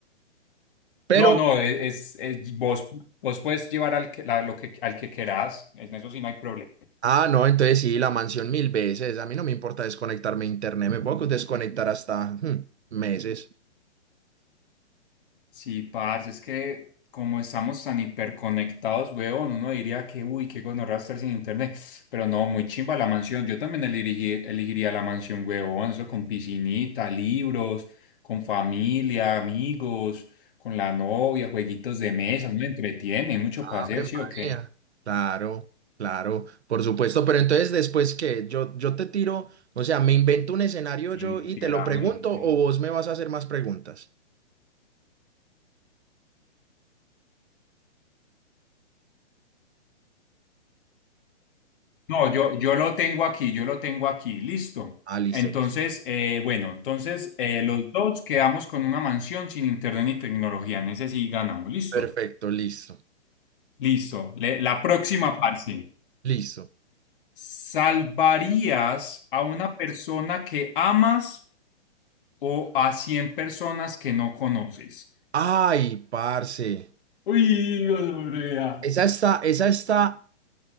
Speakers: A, on the right (about 70°); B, on the left (about 50°).
A: Pero
B: No, no, e- es, es- vos, vos puedes llevar al que, la- lo que, al que querás, en eso sí no hay problema.
A: Ah, no, entonces sí, la mansión mil veces. A mí no me importa desconectarme de internet, me puedo desconectar hasta hmm, meses.
B: Sí, parce, es que como estamos tan hiperconectados, weón, uno diría que, uy, qué gonorrea estar sin internet, pero no, muy chimba la mansión, yo también elegí- elegiría la mansión, weón, eso con piscinita, libros, con familia, amigos, con la novia, jueguitos de mesa, uno entretiene, hay mucho para
A: Ave
B: hacer, ¿sí
A: María.
B: o qué?
A: Claro, claro, por supuesto. Pero entonces, después que yo, yo te tiro, o sea, me invento un escenario
B: Definitivamente.
A: yo y te lo pregunto, o vos me vas a hacer más preguntas.
B: No, yo, yo lo tengo aquí, yo lo tengo aquí, listo.
A: Ah, listo.
B: Entonces, eh, bueno, entonces eh, los dos quedamos con una mansión sin internet ni tecnología, en ese sí ganamos, listo.
A: Perfecto, listo,
B: Listo. Le- la próxima parte.
A: listo.
B: ¿Salvarías a una persona que amas o a 100 personas que no conoces?
A: Ay, parce.
B: Uy, Lorea.
A: Esa está, esa está